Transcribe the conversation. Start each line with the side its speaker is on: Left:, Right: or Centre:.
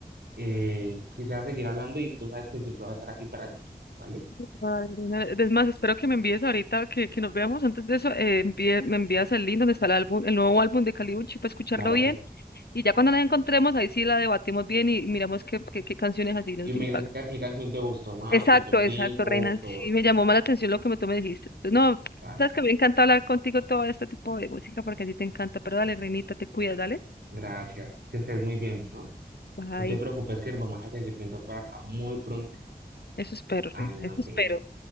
Right: Eh, quisiera seguir hablando y tú sabes que siempre voy a estar aquí para ti, ¿vale?
Left: Ay, Lina, Es más, espero que me envíes ahorita, que, que nos veamos antes de eso, eh, envíe- me envías el link donde está el álbum, el nuevo álbum de Kali Uchi para escucharlo
Right: Claro
Left: bien.
Right: que sí.
Left: Y ya cuando la encontremos, ahí sí la debatimos bien y miramos qué, qué, qué canciones así nos
Right: Y me
Left: impactan.
Right: dices qué, qué canción te gustó más,
Left: Exacto,
Right: tu top
Left: exacto,
Right: 5
Left: Reina.
Right: todo.
Left: Sí, me llamó más la atención lo que me- tú me dijiste. Tú- No,
Right: Total.
Left: sabes que me encanta hablar contigo todo este tipo de música porque a ti te encanta. Pero dale, Reinita, te cuidas, dale.
Right: Gracias. Que estés muy bien, bueno.
Left: Bye.
Right: No te preocupes que nos vamos a seguir viendo por acá muy pronto.
Left: Eso espero,
Right: Ay,
Left: Reina.
Right: nos
Left: Eso
Right: vemos.
Left: espero.